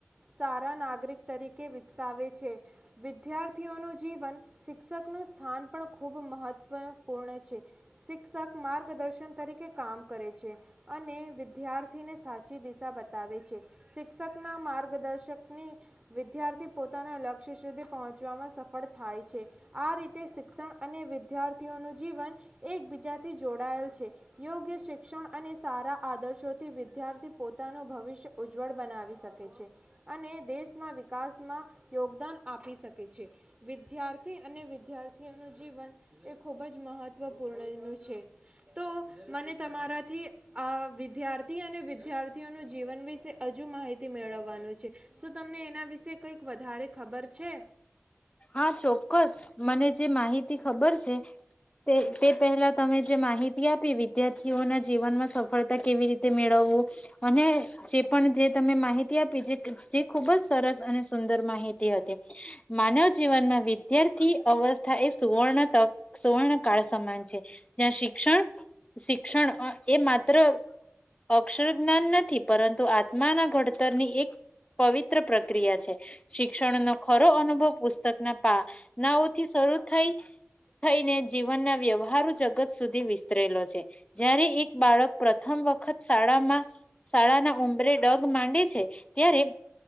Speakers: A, on the right; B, on the left.
A: સારા નાગરિક તરીકે વિકસાવે છે. વિદ્યાર્થીઓનું જીવન શિક્ષકનું સ્થાન પણ ખૂબ મહત્વપૂર્ણ છે. શિક્ષક માર્ગદર્શન તરીકે કામ કરે છે. અને વિદ્યાર્થીને સાચી દિશા બતાવે છે શિક્ષકના મા દર્શકની વિદ્યાર્થી પોતાના લક્ષ્ય સુધી પહોંચવામાં સફળ થાય છે. આ રીતે શિક્ષણ અને વિદ્યાર્થીઓનું જીવન એકબીજાથી જોડાયેલ છે. યોગ્ય શિક્ષણ અને સારા આદર્શોથી વિદ્યાર્થી પોતાનું ભવિષ્ય ઉજ્જવળ બનાવી શકે છે. અને દેશના વિકાસમાં યોગદાન આપી શકે છે. વિદ્યાર્થી અને વિદ્યાર્થીઓનું જીવન એ ખુબ જ મહત્વપૂર્ણ નું છે. તો મને તમારાથી આ વિદ્યાર્થી અને વિદ્યાર્થીઓનું જીવન વિશે હજુ માહિતી મેળવ વાનો છે શું તમને એના વિશે કઈક વધારે ખબર છે.
B: હા ચોક્કસ મને જે માહિતી ખબર છે તે તે પહેલા તમે જે માહિતી આપી વિદ્યાર્થીઓના જીવનમાં સફળતા કેવી રીતે મેળવવું અને જે પણ જે તમે માહિતી આપી ખુબ જ સરસ અને સુંદર માહિતી હતી માનવ જીવનમાં વિદ્યાર્થી અવસ્થા એ સુવર્ણ તક સુવર્ણ કળ સમાન છે. જ્યાં શિક્ષણ શિક્ષણ એ માત્ર અક્ષર જ્ઞાન નથી પરંતુ આત્માના ઘડતરની એક પવિત્ર પ્રક્રિયા છે. શિક્ષણનો ખરો અનુભવ પ નાઓથી શરૂ થઈ થઈને જીવન ના વ્યવહારો જગત સુધી વિસ્તરેલો છે. જય્યારે એક બાળક પ્રથમ વખત શાળામાં શાળાના ઉમરે ડગ માંડે છે. ત્યારે